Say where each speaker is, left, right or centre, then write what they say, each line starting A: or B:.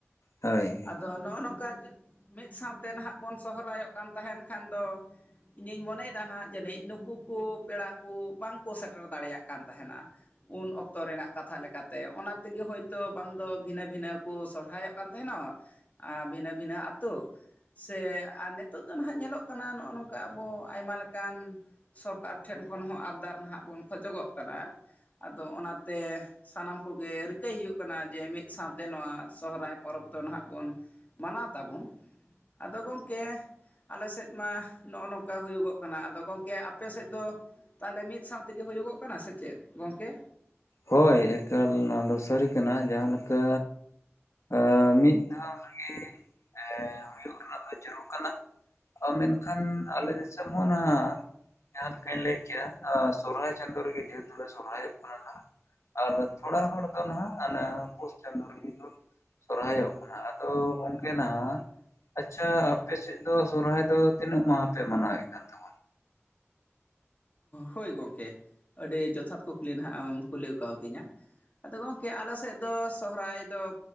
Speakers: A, on the left (about 80°); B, on the left (about 35°).
A: ᱦᱳᱭ
B: ᱫᱚ ᱱᱚᱜ-ᱚ ᱱᱚᱝᱠᱟ ᱜᱤ ᱢᱤᱫ ᱥᱟᱶᱛᱮ ᱱᱟᱦᱟᱜ ᱵᱚᱱ ᱥᱚᱦᱨᱟᱭᱚᱜ ᱠᱟᱱ ᱛᱟᱦᱮᱱ ᱠᱷᱟᱱ ᱫᱚ ᱤᱧᱤᱧ ᱢᱚᱱᱮᱭᱮᱫᱟ ᱟᱸᱜ ᱡᱟᱹᱱᱤᱡ ᱱᱩᱠᱩ ᱠᱚ ᱯᱮᱲᱟ ᱠᱚ ᱵᱟᱝᱠᱚ ᱥᱮᱴᱮᱨ ᱫᱟᱲᱮᱭᱟᱜ ᱠᱟᱱ ᱛᱟᱦᱮᱱᱟ ᱩᱱ ᱚᱠᱛᱚ ᱨᱮᱱᱟᱜ ᱠᱟᱛᱷᱟ ᱞᱮᱠᱟᱛᱮ ᱚᱱᱟ ᱛᱮᱜᱮ ᱦᱳᱭᱛᱳ ᱵᱟᱝ ᱫᱚ ᱵᱷᱤᱱᱟᱹ ᱵᱷᱤᱱᱟᱹ ᱠᱚ ᱥᱚᱨᱦᱟᱭᱚᱜ? ᱠᱟᱱ ᱛᱟᱦᱮᱱᱚᱜ ᱵᱷᱤᱱᱟᱹ ᱵᱷᱤᱱᱟᱹ ᱟᱛᱳ ᱥᱮ ᱟᱨ ᱱᱤᱛᱚᱜ ᱫᱚ ᱱᱟᱦᱟᱜ ᱧᱮᱞᱚᱜ ᱠᱟᱱᱟ ᱱᱚᱜ-ᱚ ᱱᱚᱝᱠᱟ ᱟᱵᱚ ᱟᱭᱢᱟ ᱞᱮᱠᱟᱱ ᱥᱚᱨᱠᱟᱨ ᱴᱷᱮᱱ ᱠᱷᱚᱱ ᱦᱚᱸ ᱟᱵᱫᱟᱨ ᱱᱟᱦᱟᱜ ᱵᱚᱱ ᱠᱷᱚᱡᱚᱜᱚᱜ ᱠᱟᱱᱟ ᱟᱫᱚ ᱚᱱᱟᱛᱮ ᱥᱟᱱᱟᱢ ᱠᱚᱜᱮ ᱨᱤᱠᱟᱹᱭ ᱦᱩᱭᱩᱜ ᱠᱟᱱᱟ ᱡᱮ ᱢᱤᱫ ᱥᱟᱶᱛᱮ ᱱᱚᱣᱟ ᱥᱚᱦᱨᱟᱭ ᱯᱚᱨᱚᱵᱽ ᱫᱚ ᱱᱟᱦᱜ ᱵᱚᱱ ᱢᱟᱱᱟᱣ ᱛᱟᱵᱚᱱ ᱟᱫᱚ ᱜᱚᱝᱠᱮ ᱟᱞᱮ ᱥᱮᱫ ᱢᱟ ᱱᱚᱜ-ᱚ ᱱᱚᱝᱠᱟ ᱦᱩᱭᱩᱜᱚᱜ ᱠᱟᱱᱟ ᱟᱫᱚ ᱜᱚᱝᱠᱮ ᱟᱯᱮ ᱥᱮᱫ ᱫᱚ ᱛᱟᱦᱚᱞᱮ ᱢᱤᱫ ᱥᱟᱶ ᱛᱮᱜᱮ ᱦᱩᱭᱩᱜᱚᱜ ᱠᱟᱱᱟ ᱥᱮ ᱪᱮᱫ ᱜᱚᱝᱠᱮ?
A: ᱦᱳᱭ ᱮᱠᱟᱞ ᱱᱚᱣᱟ ᱫᱚ ᱥᱟᱹᱨᱤ ᱠᱟᱱᱟ ᱡᱟᱦᱟᱸ ᱞᱮᱠᱟ ᱮᱸ ᱢᱤᱫ ᱫᱷᱟᱣ ᱨᱮᱜᱤ ᱮᱸ ᱦᱩᱭᱩᱜ ᱨᱮᱱᱟᱜ ᱫᱚ ᱡᱟᱹᱨᱩᱲ ᱠᱟᱱᱟ᱾ ᱢᱮᱱᱠᱷᱟᱱ ᱟᱞᱮ ᱫᱤᱥᱚᱢ ᱦᱚᱸ ᱱᱟᱦᱟᱜ ᱡᱟᱦᱟᱸ ᱞᱮᱠᱟᱧ ᱞᱟᱹᱭ ᱠᱮᱜ-ᱟ ᱥᱚᱨᱦᱟᱭ ᱪᱟᱸᱫᱳ ᱨᱮᱜᱮ ᱰᱷᱮᱨ ᱫᱚᱞᱮ ᱥᱚᱨᱦᱟᱭᱚᱜ ᱠᱟᱱᱟ ᱱᱟᱦᱟᱜ᱾ ᱟᱨ ᱛᱷᱚᱲᱟ ᱦᱚᱲ ᱫᱚ ᱱᱟᱦᱟᱜ ᱚᱱᱟ ᱯᱳᱥ ᱨᱮᱜᱮ ᱠᱚ ᱥᱚᱨᱦᱟᱭᱚᱜ ᱠᱟᱱᱟ᱾ ᱟᱫᱚ ᱜᱚᱝᱠᱮ ᱱᱟᱦᱟᱜ ᱟᱪᱪᱷᱟ ᱟᱯᱮ ᱥᱮᱫ ᱫᱚ ᱥᱚᱨᱦᱟᱭ ᱫᱚ ᱛᱤᱱᱟᱹᱜ ᱢᱟᱦᱟ ᱯᱮ ᱢᱟᱱᱟᱣᱮᱫ ᱠᱟᱱ? ᱛᱟᱵᱚᱱᱟ
B: ᱦᱳᱭ ᱜᱚᱝᱠᱮ, ᱟᱹᱰᱤ ᱡᱚᱛᱷᱟᱛ ᱠᱩᱠᱞᱤ ᱱᱟᱦᱟᱜ ᱮᱢ ᱠᱩᱞᱤ ᱠᱟᱣᱫᱤᱧᱟ᱾ ᱟᱫᱚ ᱜᱚᱝᱠᱮ ᱟᱞᱮ ᱥᱮᱫ ᱫᱚ ᱥᱚᱦᱚᱨᱟᱭ ᱫᱚ